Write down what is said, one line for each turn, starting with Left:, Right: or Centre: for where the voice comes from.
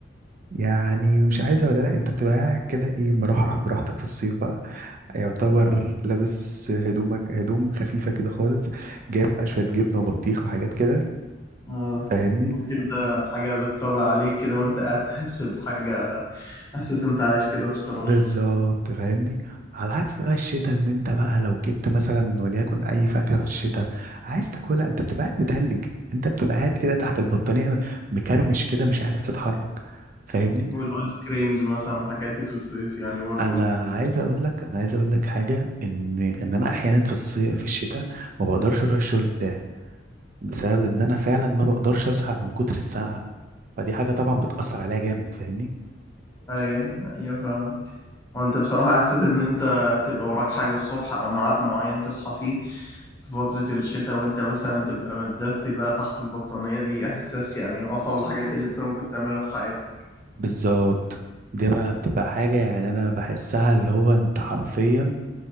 Right: يعني مش عايزه ولا لا انت بتبقى قاعد كده ايه مرحرح براحتك في الصيف بقى يعتبر
Left: لا.
Right: لابس هدومك هدوم خفيفه كده خالص جايب بقى شويه جبنه وبطيخ وحاجات كده
Left: اه
Right: فاهمني
Left: البطيخ ده حاجة بتطر عليك كده وانت قاعد تحس بحاجة احساس انت عايش كده بصراحة
Right: بالظبط فاهمني على عكس بقى الشتاء ان انت بقى لو جبت مثلا وليكن اي فاكهه في الشتاء عايز تاكلها انت بتبقى قاعد متهلج انت بتبقى قاعد كده تحت البطانيه مكرمش كده مش عارف تتحرك فاهمني
Left: والايس كريمز مثلا والحاجات دي في الصيف يعني برضو
Right: انا
Left: بت
Right: عايز اقول لك انا عايز اقول لك حاجه ان ان انا احيانا في الصيف في الشتاء ما بقدرش اروح الشغل بتاعي بسبب ان انا فعلا ما بقدرش اصحى من كتر السقعه فدي حاجه طبعا بتاثر عليا جامد فاهمني
Left: ايوه ايوه فاهم هو انت بصراحة احساس ان انت تبقى وراك حاجة الصبح او ميعاد معين تصحى فيه في فترة الشتاء وانت مثلا تبقى متدفي بقى تحت البطانية دي احساس يعني من اصعب الحاجات اللي انت ممكن تعملها في حياتك
Right: بالظبط دي بقى بتبقى حاجة يعني أنا بحسها اللي هو أنت حرفيا